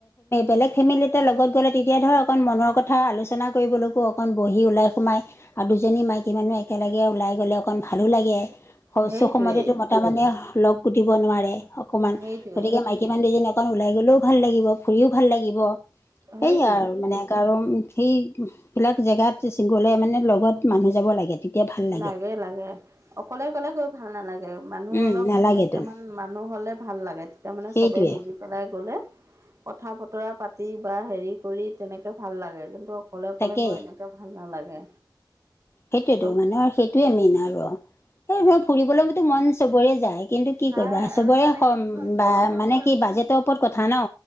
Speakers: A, on the left (about 35°); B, on the right (about 40°).
A: বেলেগ ফেমিলি। লগত গ'লে তেতিয়া ধৰ অকণ মনৰ কথা আলোচনা কৰিবলৈকো অকণ বহি ওলাই সোমাই, আৰু দুজনী মাইকী মানুহ একেলগে ওলাই গ'লে অকণ ভালো লাগে
B: সেইটোৱেই
A: সময়তো, তাৰমানে লগ পুটিব নোৱাৰে অকমান
B: সেইটোৱে সেইটোৱে।
A: গতিকে ম কিমান দুজন অকণ ওলাই গলেও ভাল লাগিব ফুৰিও ভাল লাগিব।
B: সেইটোৱে।
A: সেই আৰু মানে আৰু সেইবিলাক জেগাত গলে মানে লগত মানুহ, যাব লাগে। তেতিয়া ভাল
B: লাগে লাগে। অকলে অকলে গৈ ভাল নালাগে মানুহ
A: উম
B: অলপ
A: নালাগেতোন
B: দুটামান মানুহ হ'লে ভাল লাগে তেতি
A: সেইটোৱে
B: মানে চবেই মিলি। পেলাই গ'লে কথা বতৰা পাতি বা হেৰি কৰি তেনেকে ভাল লাগে কিন্তু, অকলে অকলে
A: তাকে
B: গৈ এনেকৈ ভাল নালাগে।
A: সেইটোৱেতো
B: চব
A: মানে সেইটোৱে মেইন আৰু সেই মই ফুৰিবলৈতো মন চবৰে যায়। কিন্তু কি
B: যায়
A: কৰিবা চবৰে
B: আৰু মানে কি হয়
A: বা
B: গৰম বন্ধৰ
A: মানে কি বাজেটৰ ওপৰত কথা ন।